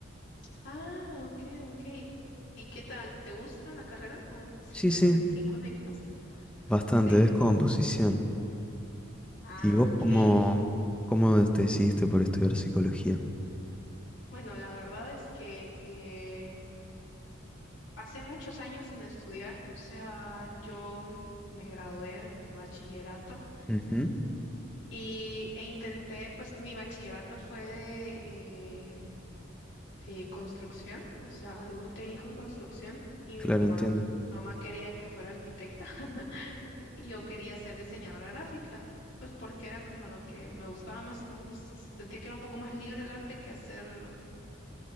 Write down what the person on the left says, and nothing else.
Ah, ok, ok. ¿Y qué tal? ¿Te gusta la carrera? ¿O sientes
que sí conectas?
Sí.
Ah,
ok.
Bueno, la verdad es que eh, Pasé muchos años sin estudiar, o sea, yo m- me gradué de mi bachillerato
y, e intenté, pues mi bachillerato fue de, eh, de construcción, o sea, dibujo técnico en construcción y mi
mamá,
mamá quería que fuera arquitecta <laughs> y yo quería ser diseñadora gráfica, en- pues porque era como lo que me gustaba más, como s- sentía que era un poco más libre el arte que hacer,